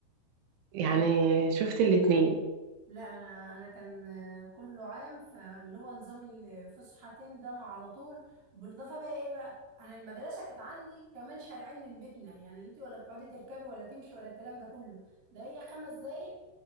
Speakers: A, on the right; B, on the right.
A: يعني
B: اه
A: شفت الاتنين
B: لا انا انا كان آه، كله عام فاللي هو نظام الفسحتين ده مع على طول بالاضافه بقى ايه بقى انا المدرسه كانت عندي كمان شارعين من بيتنا يعني انت ولا بتقعدي تركبي ولا تمشي ولا الكلام ده كله ده هي خمس دقايق